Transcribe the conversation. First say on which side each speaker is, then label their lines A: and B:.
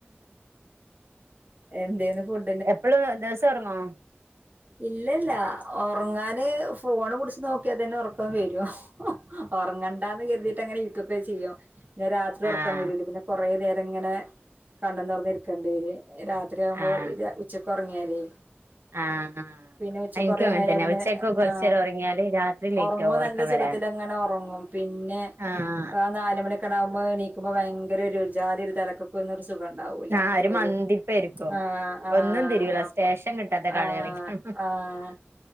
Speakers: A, on the right (about 45°); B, on the right (about 80°).
A: എന്തേന്ന് ഫുഡ
B: എപ്പഴും ദിവസം ഒർങ്ങൊ
A: ഇല്ലല്ല ഉറങ്ങാന് ഫോണ് പിടിച്ച് നോക്കിയാ തന്നെ ഉറക്കാൻ വരു ഉറങ്ങണ്ടാന്ന് കരുതിട്ട് ങ്ങനെ യൂട്യൂബേ ചെയ്യും പിന്ന രാത്രി ഉറക്കാൻ
B: ആഹ്
A: വരൂല പിന്നെ കുറേ നേം ഇങ്ങനെ കണ്ണും തുറന്നിരിക്കണ്ടര് രാത്രിയാകുമ്പോ
B: ആഹ്
A: ഇ ഉച്ചക്ക്റങ്ങിയല്
B: ആഹ് ആഹ്
A: പിന്നെ ഉച്ച
B: എനിക്കും
A: കുറ
B: അങ്ങനെ
A: കഴിഞ്ഞാ
B: തന്നെ
A: പിന്നെ
B: ഉച്ചക്ക് കുറച്ചു
A: ആ
B: നേരം ഉറങ്ങിയാല് രാത്രി ലേറ്റ്
A: ഉറങ്ങുമ്പോ
B: ആകും ഉറക്കം
A: നല്ല സുഖത്തിങ്ങനെ
B: വരാന്
A: ഉറങ്ങും പിന്നെ
B: ആഹ്
A: ആ നാലുമണിയൊക്കെ ആകുമ്പോൾ നീക്കുമ്പോ ഭയങ്കര ഒരു ജാതി ഒരു തിലക്ക് ന്നർ സുഖം ഉണ്ടാവൂല
B: ആഹ്
A: ഒരു
B: മന്തിപ്പായിരിക്കും
A: ആഹ് ആഹ്
B: ഒന്നും തിരിയൂല
A: അപ്പ
B: സ്റ്റേഷൻ കിട്ടാത്ത കളി
A: ആഹ്
B: കളിക്കും
A: ആഹ്